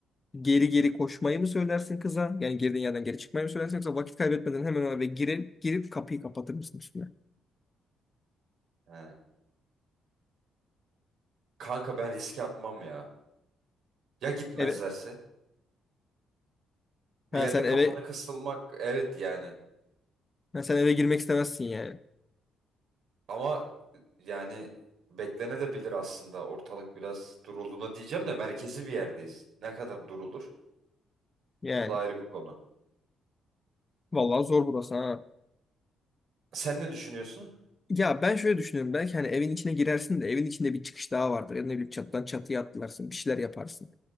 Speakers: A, on the left; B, on the right.
A: Geri geri koşmayı mı söylersin kıza? Yani girdiğin yerden geri çıkmayı mı söylersin yoksa vakit kaybetmeden hemen eve girip girip kapıyı kapatır mısın üstüne?
B: He. Kanka ben riske atmam ya. Ya gitmezlerse?
A: Eve
B: Bir
A: ha
B: yerde
A: sen
B: kapana
A: eve
B: kısılmak evet yani.
A: ha, sen eve girmek istemezsin yani.
B: Ama yani beklene de bilir aslında ortalık biraz durulduğuna diyeceğim de merkezi bir yerdeyiz. Ne kadar durulur?
A: Yani
B: O da ayrı bir konu.
A: vallahi zor burası ha.
B: Sen ne düşünüyorsun?
A: Ya ben şöyle düşünüyorum belki hani evin içine girersin de evin içinde bir çıkış daha vardır. Ya da ne bileyim çatıdan çatıya atlarsın bir şeyler yaparsın.